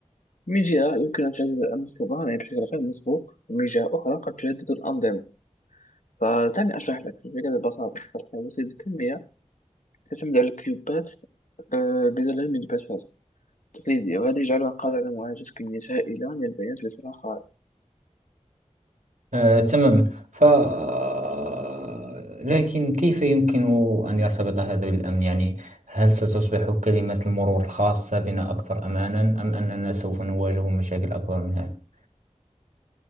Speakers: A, on the left; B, on the right.
A: من جهة يمكن أن تعزز أمن الصيدلاني بشكل غير مسبوق ومن جهة أخرى قد تهدد الأنظمة فدعني أشرح لك الفكرة ببساطة فالحواسيب الكمية تعتمد على الكيوبات آه، بدلا من البشر تقليدية وهذا يجعلها قادرة على معالجة كميات هائلة من البيانات بصراحة
B: آه، تماما ف آه، لكن كيف يمكن أن يرتبط هذا بالأمن يعني هل ستصبح كلمة المرور الخاصة بنا أكثر أمانا أم أننا سوف نواجه مشاكل أكبر من هذا